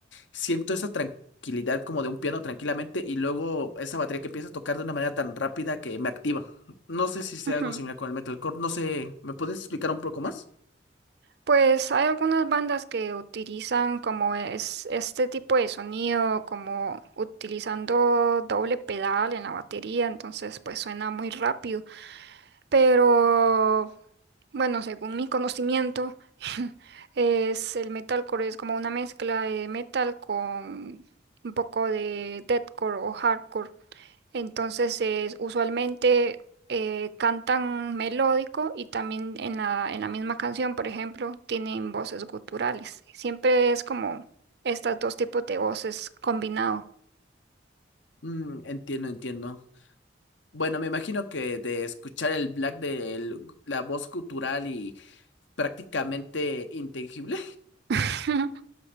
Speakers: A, on the left (about 80°); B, on the right (about 60°).
A: siento esa tranquilidad como de un piano tranquilamente y luego esa batería que empieza a tocar de una manera tan rápida que me activa. No sé si sea
B: Ujú.
A: algo similar con el metalcore, no sé, ¿me puedes explicar un poco más?
B: Pues hay algunas bandas que utilizan como es este tipo de sonido, como utilizando doble pedal en la batería, entonces pues suena muy rápido. Pero bueno, según mi conocimiento, <laughs> es el metalcore es como una mezcla de metal con un poco de deathcore o hardcore. Entonces, es- usualmente eh, cantan melódico y también en la, en la misma canción, por ejemplo, tienen voces guturales. Siempre es como estos dos tipos de voces combinado
A: Mm, entiendo, entiendo. Bueno, me imagino que de escuchar el black de la voz cultural y prácticamente intangible,
B: <laughs>